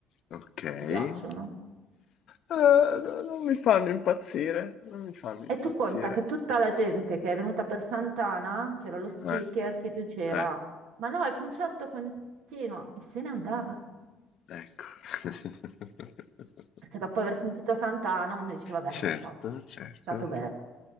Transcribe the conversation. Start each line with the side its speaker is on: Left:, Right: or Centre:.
Left: Ok. Eh,
Right: Ti piacciono?
Left: no, non mi fanno impazzire, non mi fanno impazzire.
Right: E tu conta che tutta la gente che è venuta per Sant'Ana c'era lo speaker
Left: Eh,
Right: che diceva:
Left: eh,
Right: Ma no, il concerto continua e se ne andava.
Left: ecco. <laughs>
Right: Perché dopo aver sentito Sant'Anna uno dice, vabbè,
Left: Certo,
Right: ciao, è
Left: certo.
Right: stato bello.